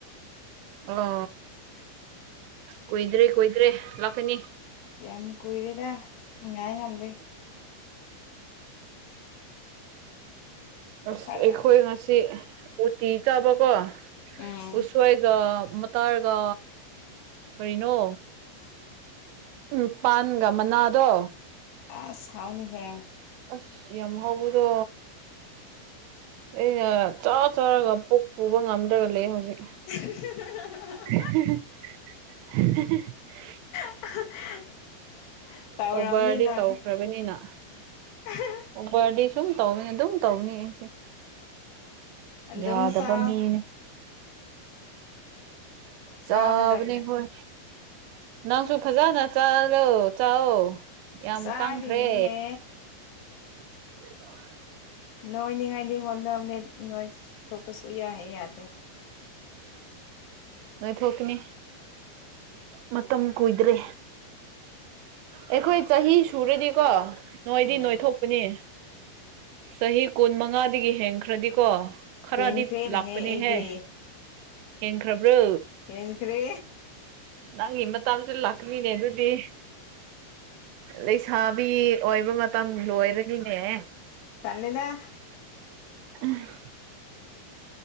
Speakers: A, on the right; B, on the left.
A: ꯑꯣ ꯀꯣꯏꯏꯗ꯭ꯔꯦ ꯀꯣꯏꯗ꯭ꯔꯦ ꯂꯥꯛꯀꯅꯤ
B: ꯌꯥꯝ ꯀꯨꯏꯔꯦꯗ ꯉ ꯉꯥꯏ ꯉꯝꯗꯦ
A: ꯑꯁ
B: ꯐꯔꯛ
A: ꯑꯩꯈꯣꯏ ꯉꯁꯤ ꯎꯇꯤ ꯆꯥꯕꯀꯣ
B: ꯎꯝ
A: ꯎꯁꯋꯥꯏꯒ ꯃꯇꯥꯔꯒ ꯀꯔꯤꯅꯣ ꯎꯝ ꯄꯥꯟꯒ ꯃꯅꯥꯗꯣ
B: ꯑꯁ ꯍꯥꯎꯅꯤꯍꯦ
A: ꯑꯁ ꯌꯥꯝ ꯍꯥꯎꯕꯗꯣ ꯑꯩꯅ ꯆꯥ ꯆꯥꯔꯒ ꯄꯨꯛ ꯄꯨꯕ ꯉꯝꯗ꯭ꯔꯒ ꯂꯩ ꯍꯧꯖꯤꯛ
B: <inaudible>
A: <unintelligible>
B: <unintelligible> ꯇꯧꯔꯝꯅꯤ
A: ꯑꯣꯕꯔꯗꯤ
B: ꯅꯪ
A: ꯇꯧꯈ꯭ꯔꯕꯅꯤꯅ
B: <unintelligible>
A: ꯑꯣꯕꯔꯗꯤ ꯁꯨꯝ ꯇꯧꯅꯦ ꯑꯗꯨꯝ ꯇꯧꯕꯅꯦ ꯑꯩꯁꯦ
B: ꯑꯗꯨꯝ
A: ꯌꯥꯗꯕ
B: ꯆꯥꯎ
A: ꯃꯅꯤ ꯆꯥꯕꯅꯤ
B: ꯆꯥꯒꯗꯕꯅꯤ
A: ꯍꯣꯏ ꯅꯪꯁꯨ ꯐꯖꯅ ꯆꯥꯂꯣ ꯆꯥꯛ ꯌꯥꯝ
B: ꯆꯥꯔꯤꯅꯤꯅꯦ
A: ꯀꯪꯈ꯭ꯔꯦ <inaudible>
B: ꯅꯣꯏꯅꯤꯉꯥꯏꯗꯤ ꯍꯣꯠꯅꯕꯅꯦ ꯅꯣꯏ ꯊꯣꯛꯄꯁꯨ ꯌꯥꯍꯦ ꯌꯥꯗꯦ
A: ꯅꯣꯏ ꯊꯣꯛꯀꯅꯤ ꯃꯇꯝ ꯀꯨꯏꯗ꯭ꯔꯦ ꯑꯩꯈꯣꯏ ꯆꯍꯤ ꯁꯨꯔꯗꯤꯀꯣ ꯅꯣꯏꯗꯤ
B: ꯎꯝ
A: ꯅꯣꯏꯊꯣꯛ ꯅꯤ ꯆꯍꯤ ꯀꯨꯟ ꯃꯉꯥꯗꯒꯤ ꯍꯦꯟꯈ꯭ꯔꯗꯤꯀꯣ ꯈꯔꯗꯤ
B: ꯍꯦꯟꯈ꯭ꯔꯦꯅꯦꯍꯦ
A: ꯂꯥꯛꯄꯅꯦꯍꯦ
B: ꯑꯩꯗꯤ
A: ꯍꯦꯟꯈ꯭ꯔꯕ꯭ꯔꯣ
B: ꯍꯦꯟꯈ꯭ꯔꯦ
A: ꯅꯪꯒꯤ ꯃꯇꯥꯁꯨ ꯂꯥꯛꯀꯅꯤꯅꯦ ꯑꯗꯨꯗꯤ ꯂꯩꯁꯥꯕꯤ ꯑꯣꯏꯕ ꯃꯇꯝ ꯂꯣꯏꯔꯅꯤꯅꯦꯍ
B: ꯀꯜꯂꯤꯗ
A: ꯎꯝ